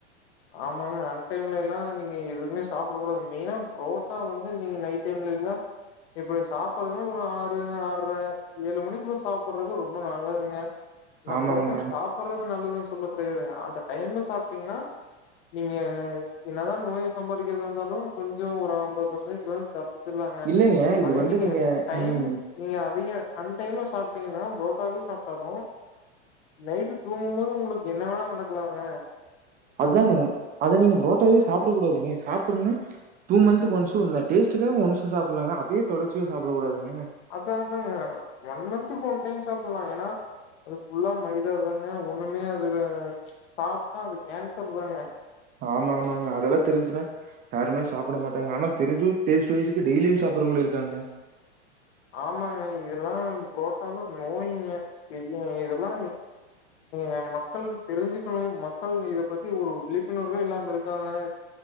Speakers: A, on the left; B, on the right.
A: ஆமாங்க அன்டைம்லேலா நீங்க எதுமே சாப்புட கூடாது மெய்னா ப்ரோட்டா வந்து நீங்க நைட் டைம்லேலா இப்ப சாப்புறதுனா ஒரு ஆறு ஆர்ர ஏழு மணிக்குள்ள சாப்புறது ரொம்ப நல்லதுங்க நா
B: ஆமாங்க.
A: பிரோட்டா சாப்பிடறது நல்லது சொல்லக் கெடையாதுங்க அந்த டைம்ல சாப்பிட்டீங்கன்னா நீங்க என்னதா நோய சம்பாதிக்கரதா இருந்தாலு கொஞ்சு ஒரு அம்பது பர்சன்டேஜ் லோன் தப்பிச்சிருலாங்க
B: இல்லைங்க. இது
A: அதே
B: வந்து
A: நீங்க டைம்
B: ம்.
A: நீங்க அதையே அன் டைம்ல சாப்பிடிங்கனா புரோட்டாவே சாப்ட்டாலு நைட்டு தூங்கு மோது உங்குளுக்கு என்ன வேணா நடங்கலாங்க
B: அதாங்க அதனி நீங்க ப்ரோட்டாவே சாப்பிட கூடாதுங்க சாப்புட்னா டூ மன்துக்கு ஒன்ஸ்சு அந்த டேஸ்டுக்காக ஒன்ஸ் சாப்டலாங்க அதே தொடர்ச்சியா சாப்பிகூடாதுங்க
A: அதாவது ஒன் மன்துக்கு ஒன் டைம் சாப் <unintelligible> ஏனா அது புல்லா மைதா தாங்க ஒண்ணுமே அதுல சாப்பிட்டா அது கேன்சர் தாங்க
B: ஆமா ஆமா மாங்க அதெல்லா தெரிஞ்சினா யாருமே சாப்ட மாட்டாங்க ஆனா தெரிஞ்சு டேஸ்ட் வயஸுக்கு டெய்லியு சாப்ரவங்களு இருக்காங்க
A: ஆமாங்க இதெல்லா புரோட்டால நோயிங்க செய் இதெல்லா ஆ மக்கள் தெரிஞ்சுக்கனோ மக்கள் இத பத்தி ஒரு விழிப்புணர்வே இல்லாம இருக்காங்க